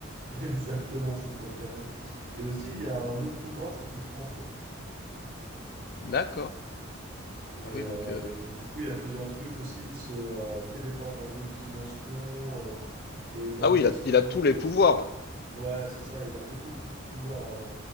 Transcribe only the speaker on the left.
D'accord.
Ah oui, donc euh,
ah
oui,
il a,
il
a tous les pouvoirs.